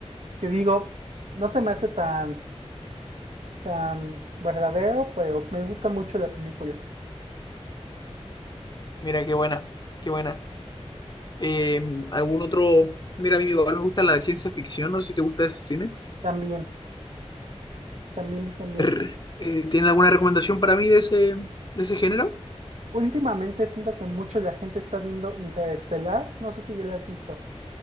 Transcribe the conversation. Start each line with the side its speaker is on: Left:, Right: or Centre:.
Right: que digo, no se me hace tan, tan verdadero, pero me gusta mucho la película.
Left: Mira, qué buena, qué buena. Eh, ¿algún otro? Mira, a mí igual me gusta la de ciencia ficción, no sé si te gusta ese cine.
Right: También, también vi también.
Left: Rr. Eh, ¿tienen alguna recomendación para mí de ese, de ese género?
Right: Últimamente siento que mucho la gente está viendo Interestelar, no sé si ya la has visto.